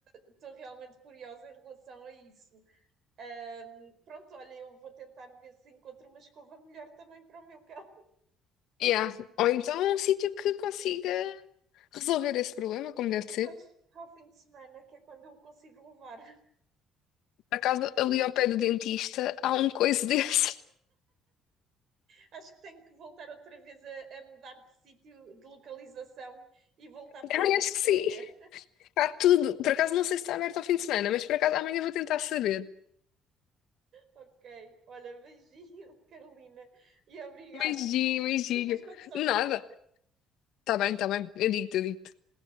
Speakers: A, on the right (about 55°); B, on the left (about 75°).
A: estou realmente curiosa em relação a isso. Ahm, pronto, olha, eu vou tentar ver se encontro uma escova melhor também para o meu cão. <laughs>
B: Yeah. Ou então um sítio que consiga resolver esse problema, como deve ser.
A: Pois ao fim de semana, que é quando eu o consigo levar. <laughs>
B: Por acaso, ali ao pé do dentista, há um coisa desse.
A: Acho que tenho que voltar outra vez a, a mudar de sítio, de localização e voltar
B: <laughs>
A: para
B: Também
A: aí.
B: acho
A: Estou
B: que sim.
A: a ver.
B: Está tudo. Por acaso, não sei se está aberto ao fim de semana, mas por acaso, amanhã vou tentar saber.
A: Ok. Olha, beijinho, <laughs> Carolina. E obrigada.
B: Beijinho, beijinho.
A: Depois, quando souberes,
B: Nada. tá bem, tá bem. Eu digo-te, eu digo-te.